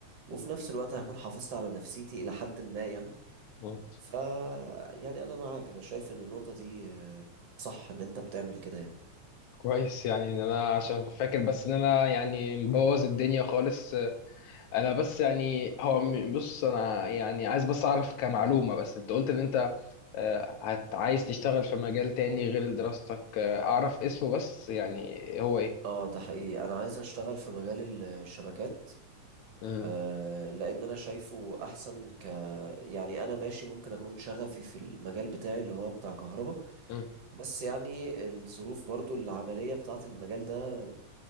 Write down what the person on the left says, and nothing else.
مم.
كويس يعني ان انا عشان فاكر بس ان انا يعني مبوظ الدنيا خالص انا بس يعني هو م- بص انا يعني عايز بس اعرف كمعلومة بس انت قلت ان انت آه، هت عايز تشتغل في مجال تاني غير دراستك آه، اعرف اسمه بس يعني هو ايه
مم.
مم.